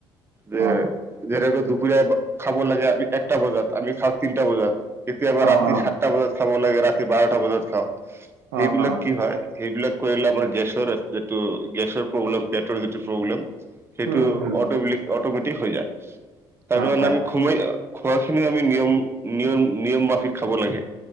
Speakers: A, on the right; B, on the right.
A: যে
B: অ
A: যেনেকৈ দুপৰীয়া খাব লাগে আমি একটা বজাত, আমি খাওঁ তিনটা বজাত। কেতিয়াবা
B: অ',
A: ৰাতি
B: অ',
A: সাতটা বজাত খাব লাগে, ৰাতি বাৰটা বজাত খাওঁ,
B: অ',
A: সেইবিলাক
B: অ',
A: কি হয় সেইবিলাক কৰিলে আমাৰ গেছৰ যিটো গেছৰ প্ৰব্লেম, পেটৰ যিটো প্ৰব্লেম সেইটো
B: উম, উম,
A: অটোমেটিক অটোমেটিক হৈ যায়, তাৰ
B: হয়,
A: কাৰণে
B: হয়,
A: আমি খোমাই খোৱাখিনি নিয়ম, নিয়ম, নিয়ম মাফিক খাব লাগে